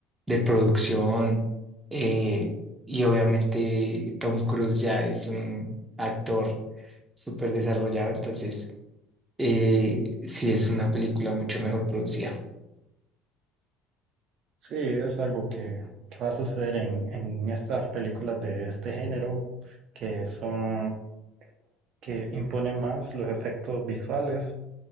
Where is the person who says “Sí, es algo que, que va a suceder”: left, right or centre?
Right